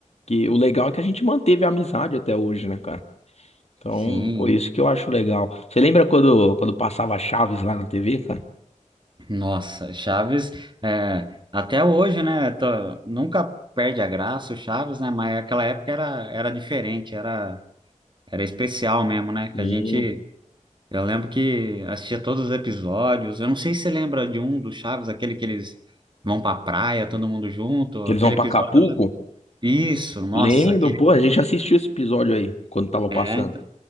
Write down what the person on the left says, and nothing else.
que o legal é que a gente manteve a amizade até hoje, né, cara? Então,
por isso que eu acho legal. Você lembra quando, quando passava Chaves lá na TV, cara?
Sim.
Que eles
vão pra
Acapulco?
Lembram,
pô, a gente assistiu esse episódio aí, quando tava passando.